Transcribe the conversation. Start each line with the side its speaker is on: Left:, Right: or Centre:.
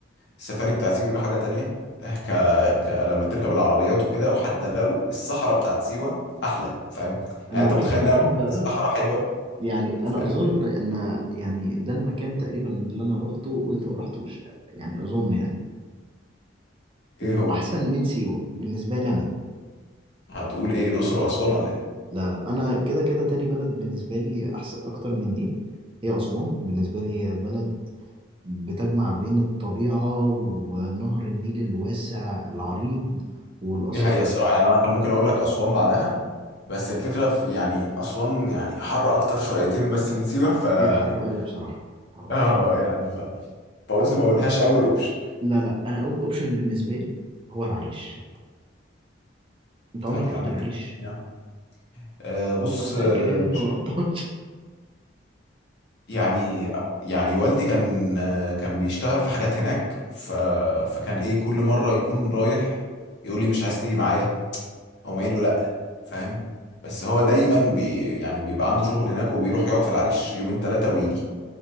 Left: السفاري بتاع سيوة حاجة تانية إه، ك... ك... لما تركب العربيات وكده وحتى لو الصحراء بتاعت سيوة احلى فاهم
Right: انا
Left: يعني انت
Right: رحت
Left: متخيل
Right: مكان
Left: انها
Right: بقى
Left: الصحراء حلوة
Right: يعني انا
Left: فاهم
Right: اظن ان يعني ده المكان تقريبا اللي انا روحته وانت ما رحتوش يعني اظن يعني واحسن
Left: ايه هو
Right: من سيوه بالنسبه لي انا
Left: هتقول ايه الاقصر واسوان ولا ايه
Right: لا لا انا كده كده تاني بلد بالنسبه لي احسن اكتر من دي هي اسوان بالنسبه لي بلد بتجمع بين الطبيعه ونهر النيل الواسع العريض والاثار
Left: دي حقيقة الصراحة يعني انا كان ممكن اقول لك اسوان بعدها بس الفكرة في يعني اسوان يعني حر اكتر شويتين بس من سيوة ف
Right: هي حر
Left: <laughs>
Right: قوي بصراحه حر
Left: اه
Right: حر.
Left: يعني ف... فقلت ما اقولهاش اول اوبشن
Right: لا لا انا اول اوبشن بالنسبه لي هو العريش انت عمرك
Left: طيب يا
Right: رحت
Left: عم
Right: العريش
Left: انت اكيد يعني أه بص
Right: انا متاكد
Left: آه،
Right: يعني ان انت
Left: مش
Right: ما رحتهاش
Left: يعني يعني والدي كان آه، كان بيشتغل في حاجات هناك ف فكان ايه كل مره يكون رايح يقول لي مش عايز تيجي معايا او ما قايل له لا فاهم بس هو دايما بي يعني بيبقى عنده شغل هناك وبيروح يقعد في العريش يومين ثلاثه ويجي